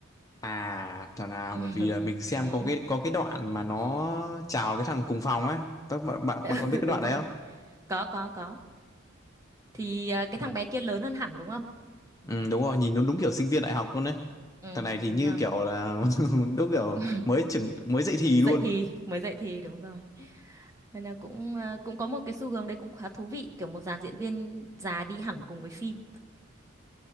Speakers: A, on the left; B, on the right.
A: À thằng nào
B: <laughs>
A: bởi vì là mình xem
B: ừ,
A: có cái có cái đoạn mà nó chào cái thằng cùng phòng á. Các bạn bạn bạn
B: <laughs>
A: có biết cái
B: đúng
A: đoạn
B: rồi
A: đấy không?
B: có có có thì à, cái thằng bé kia lớn hơn hẳn đúng không
A: Ừ đúng rồi, nhìn nó đúng kiểu sinh viên đại học luôn đấy.
B: Ừ,
A: Thằng này thì
B: đúng
A: như
B: rồi.
A: kiểu là <laughs> đúng kiểu
B: <laughs>
A: mới trưởng mới dậy thì luôn.
B: Dậy thì mới dậy thì đúng rồi. Nên là cũng ờ, cũng có một cái xu hướng đấy cũng khá thú vị, kiểu một dàn diễn viên già đi hẳn cùng với phim.